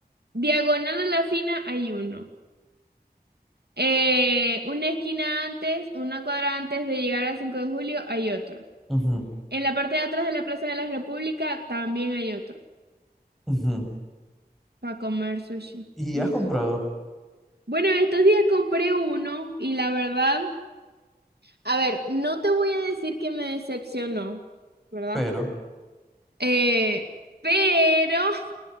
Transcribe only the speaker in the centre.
Ujú,
ujú.
Y
has comprado,
pero,